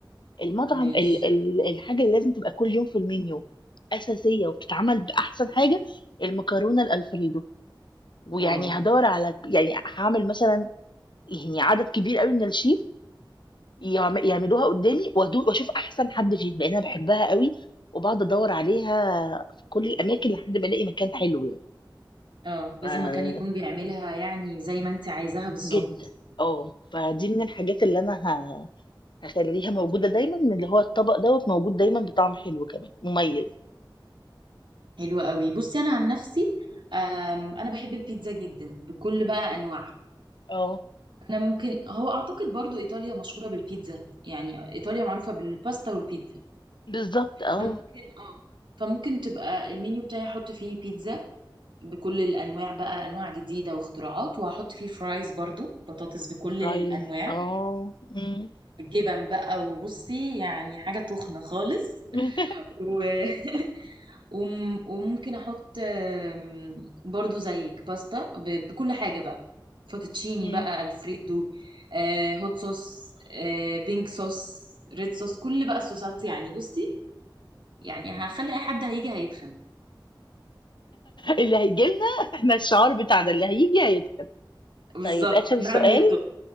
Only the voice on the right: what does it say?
ماشي
واو
اه
لازم مكان يكون بيعملها يعني زي ما انت عايزاها بالظبط
حلو قوي بصي انا عن نفسي آم، انا بحب البيتزا جدا بكل بقى انواعها
انا ممكن هو اعتقد برضو ايطاليا مشهوره بالبيتزا يعني ايطاليا معروفه بالباستا والبيتزا
فممكن اه فممكن تبقى المنيو بتاعي احط فيه بيتزا بكل الانواع بقى انواع جديده واختراعات وهحط فيه فرايز برضو بطاطس بكل
الانواع
جبن بقى وبصي يعني حاجه تخنه خالص <laughs>
وم- وممكن احط آم، برضو زيك باستا ب- بكل حاجه بقى فوتوتشيني
بقى الفريدو آه، هوت صوص آه، بينك صوص ريد صوص كل بقى الصوصات يعني بصي يعني هخلي اي حد هيجي هيتخن
بالظبط
نعم
للطب